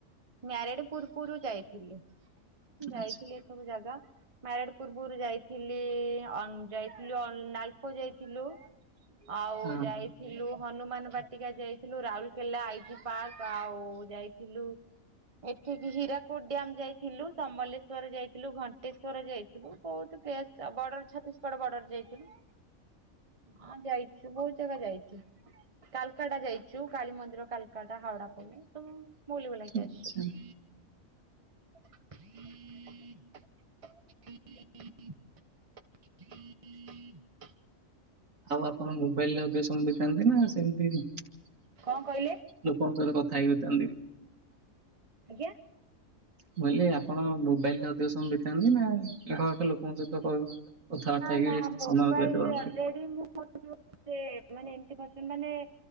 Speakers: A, on the right; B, on the right.
A: ମ୍ୟାରେଡ ପୂର୍ବରୁ ଯାଇଥିଲୁ ଯାଇଥିଲି
B: ଆଚ୍ଛା
A: ଏ ସବୁ ଜାଗା। ମ୍ୟାରେଡ ପୂର୍ବରୁ ଯାଇଥିଲି ଅନ ଯାଇଥିଲୁ ଅନ ନାଲକୋ ଯାଇଥିଲୁ। ଆଉ
B: ହଁ
A: ଯାଇଥିଲୁ। ହନୁମାନ ବାଟିକା ଯାଇଥିଲୁ ରାଉଲକେଲା ଆଇ ଜି ପାର୍କ ଆଉ ଯାଇଥିଲୁ। ଏଠିକି ହୀରାକୁଦ ଡ୍ୟାମ ଯାଇଥିଲୁ ସମଲେଶ୍ୱର ଯାଇଥିଲୁ ଘଣ୍ଟେଶ୍ଵର ଯାଇଥିଲୁ ବହୁତ ପ୍ଲେସ। ସା ବର୍ଡର ଛତିଶଗଡ ବର୍ଡର ଯାଇଥିଲୁ ହଁ ଯାଇଛୁ ବହୁତ ଜାଗା ଯାଇଛୁ। କାଲକାଟା ଯାଇଛୁ କାଳୀମନ୍ଦିର କାଲକାଟା ହାଉଡା ପୋଲ ସବୁ। ବୁଲି ବୁଲାକି
B: ଆଚ୍ଛା।
A: ଆସିଛୁ। ହ ହ <inaudible> ହ <inaudible>
B: ଆଉ ଆପଣ ମୋବାଇଲରେ ଅଧିକ ସମୟ ବିତାନ୍ତି ନା ସେମିତି ନୁହ
A: କଣ କହିଲେ
B: ମୋ ଆପଣ ସହିତ କଥା ହେଇ ହୋଇଥାନ୍ତି।
A: ଆଜ୍ଞା।
B: ମୁଁ କହିଲି ଆପଣ ମୋବାଇଲରେ ଅଧିକ ସମୟ ବିତାନ୍ତି ନା ଆଖ ପାଖ ଲୋକଙ୍କ ସହିତ କ କଥାବାର୍ତ୍ତା
A: ନା
B: ହେଇକି
A: ନା ମୋବାଇଲରେ
B: ସମୟ ବିତେଇ ପାରନ୍ତି?
A: ଅଲରେଡି ମୁଁ। ମୋର ସେ ମାନେ ଏମିତି <unintelligible> ମାନେ।